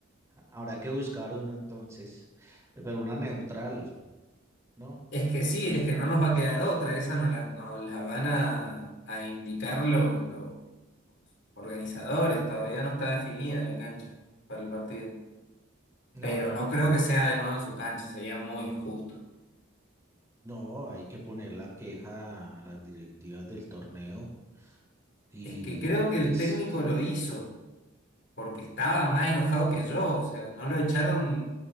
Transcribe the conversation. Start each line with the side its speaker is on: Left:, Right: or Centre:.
Right: Habrá que buscar una entonces, pero una neutral, ¿no?
Left: Es que sí, es que no nos va a quedar otra, esa nos la, nos la van a, a indicar lo- los organizadores, todavía no está definida la cancha para el partido.
Right: No,
Left: Pero
Right: pero
Left: no creo
Right: ay,
Left: que sea de nuevo en su cancha, sería muy injusto.
Right: No, hay que poner la queja a las directivas del torneo y
Left: Es que creo que el
Right: es-
Left: técnico lo hizo, porque estaba más enojado que yo, o sea, no lo echaron